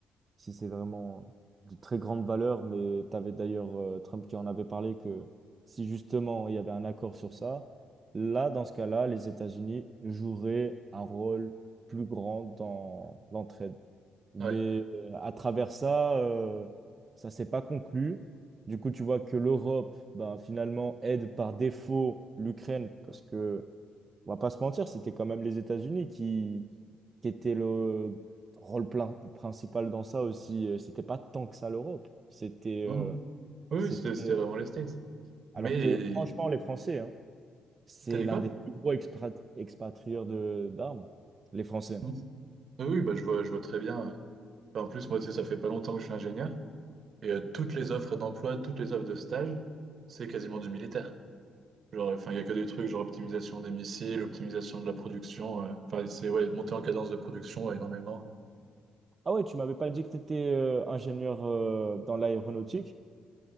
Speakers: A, on the right (about 35°); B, on the right (about 55°).
A: si c'est vraiment de très grande valeur, mais tu avais d'ailleurs euh, Trump qui en avait parlé que si justement il y avait un accord sur ça, là, dans ce cas-là, les États-Unis joueraient un rôle plus grand dans l'entraide. Mais
B: Ouais.
A: euh, à travers ça, euh, ça s'est pas conclu. Du coup, tu vois que l'Europe, ben, finalement, aide par défaut l'Ukraine parce que on va pas se mentir, c'était quand même les États-Unis qui, qui étaient le rôle plein, principal dans ça aussi. Euh, C'était pas tant que ça l'Europe. C'était,
B: Non,
A: euh,
B: non. Oui,
A: c'était...
B: oui, c'est- c'était vraiment les States.
A: Alors
B: Mais
A: que franchement, les Français, hein, c'est
B: t'as dit
A: l'un
B: quoi?
A: des plus gros exprat- expatrieurs de d'armes, les Français.
B: Mm. Ah Oui, bah je vois, je vois très bien. ouais. Enfin, en plus, moi, tu sais, ça fait pas longtemps que je suis ingénieur et euh, toutes les offres d'emploi, toutes les offres de stage, c'est quasiment du militaire. Genre, enfin, il n'y a que des trucs, genre optimisation des missiles, optimisation de la production. euh, Enfin, c'est ouais, monter en cadence de production ouais, énormément.
A: Ah ouais, tu m'avais pas dit que tu étais ingénieur euh, dans l'aéronautique?